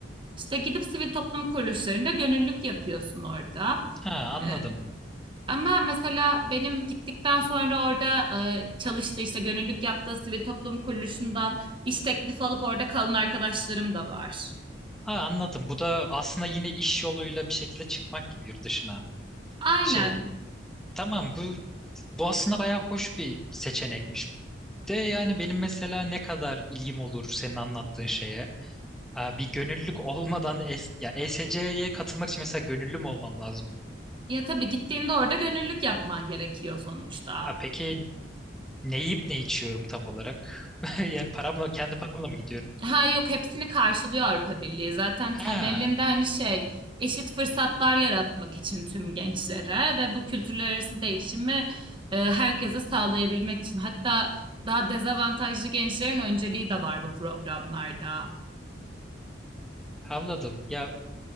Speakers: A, on the right (about 25°); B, in the centre.
A: İşte gidip sivil toplum kuruluşlarında gönüllülük yapıyorsun orada.
B: Ha anladım.
A: E, ama mesela benim gittikten sonra orada e, çalıştığı işte gönüllülük yaptığı sivil toplum kuruluşundan iş teklifi alıp orada kalan arkadaşlarım da var.
B: Ha anladım. Bu da aslında yine iş yoluyla bir şekilde çıkmak gibi yurt dışına.
A: Aynen.
B: Şey, tamam bu bu aslında bayağı hoş bir seçenekmiş. De yani benim mesela ne kadar ilgim olur senin anlattığın şeye. Aa, bir gönüllülük olmadan es ya ESC'ye katılmak için mesela gönüllü mü olmam lazım?
A: Ya tabii gittiğinde orada gönüllülük yapman gerekiyor sonuçta.
B: Aa, peki ne yiyip ne içiyorum tam olarak? <laughs> Yani paramla kendi paramla mı gidiyorum?
A: Ha yok hepsini karşılıyor Avrupa Birliği. Zaten temelinde
B: Ha,
A: hani şey eşit fırsatlar yaratmak için tüm gençlere ve bu kültürler arası değişimi e, herkese sağlayabilmek için. Hatta daha dezavantajlı gençlerin önceliği de var bu programlarda.
B: anladım. Ya